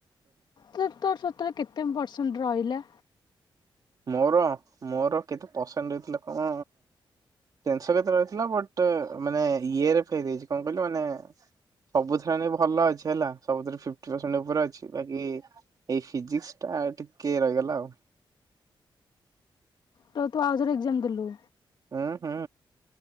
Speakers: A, on the left; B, on the right.
A: ତ ତର। ତୋର କେତେ ପରସେଣ୍ଟ ରଇଲା?
B: ମୋର ମୋର କେତେ ପସେଣ୍ଟ ରହିଥିଲା କଣ ତିଂଶ କେତେ ରଇଥିଲା ବଟ୍ ମାନେ ଇଏରେ ଫେଲ୍ ହେଇଚି କଣ କଇଲୁ ମାନେ ସବୁଥିରେ ମାନେ ଭଲ ଅଛି ହେଲା ସବୁଥିରେ ଫିଫ୍ଟି ପରସେଣ୍ଟ ଓପରେ ଅଛି ବାକି ଏଇ ଫିଜିକ୍ସ ଟା ଟିକେ ରହିଗଲା ଆଉ।
A: ତ ତୁ ଆଉଥରେ ଏଗ୍ ଜାମ ଦେଲୁ।
B: ଉଁ ହୁଁ।